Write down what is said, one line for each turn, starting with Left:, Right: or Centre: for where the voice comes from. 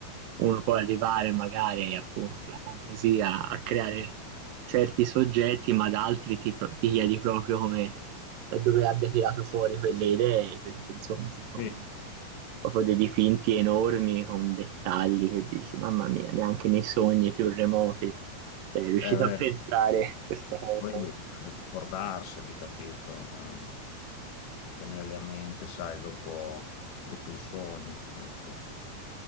Right: uno può arrivare magari appunto alla fantasia a creare certi soggetti, ma da altri ti, pro- ti chiedi proprio come da dove abbia tirato fuori quelle idee, perché insomma ci sono
Left: Sì, è
Right: proprio dei dipinti enormi con dettagli che dici, mamma mia, neanche nei sogni più remoti sei riuscito
Left: vero,
Right: a pensare questa cosa,
Left: poi
Right: no?
Left: eh, ricordarseli, capito? Ehm, tenerli a mente, sai, dopo, dopo il sogno, ecco.